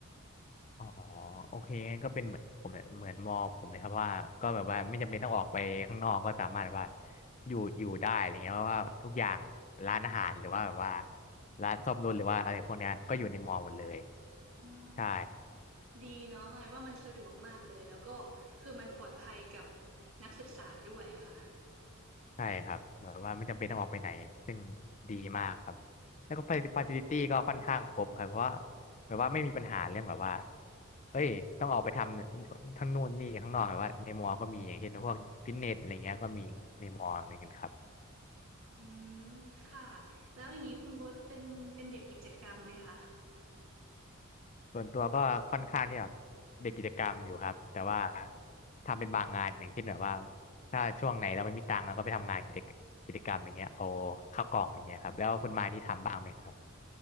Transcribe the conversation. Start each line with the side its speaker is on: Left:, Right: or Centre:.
Left: อ๋อโอเคงั้นก็เป็นเหมือนผมเลยเหมือนมอผมเลยครับว่าก็แบบว่าไม่จำเป็นต้องออกไปข้างนอกก็สามารถแบบว่าอยู่อยู่ได้อะไรเงี้ยเพราะว่าทุกอย่างร้านอาหารหรือว่าแบบว่าร้านซ่อมรถหรือว่าอะไรพวกเนี้ยก็อยู่ในมอหมดเลย
Right: อ๋อ
Left: ใช่
Right: ดีเนาะหมายว่ามันสะดวกมากเลยแล้วก็คือมันปลอดภัยกับนักศึกษาด้วยอะค่ะ
Left: ใช่ครับแบบว่าไม่จำเป็นต้องออกไปไหนซึ่งดีมากครับแล้วก็ฟ a c i ิ i t y ก็ค่อนข้างครบครับเพราะว่าแบบว่าไม่มีปัญหาเรื่องแบบว่าเอ้ยต้องออกไปทำทั้งนู่นนี่ข้างนอกแบบว่าในมอก็มีอย่างเช่นพวกฟิตเนสอะไรเงี้ยก็มีในมออะไรเงี้ยครับ
Right: อืมค่ะแล้วอย่างนี้คุณโบ๊ทเป็นเป็นเด็กกิจกรรมไหมคะ
Left: ส่วนตัวก็ค่อนข้างที่แบบเด็กกิจกรรมอยู่ครับแต่ว่าทำเป็นบางงานอย่างเช่นแบบว่าถ้าช่วงไหนเราไม่มีตังค์เราก็ไปทำงานกิจกิจกรรมอย่างเงี้ยเอาข้าวกล่องอย่างเงี้ยครับแล้วคุณมายนี่ทำบ้างไหมครับ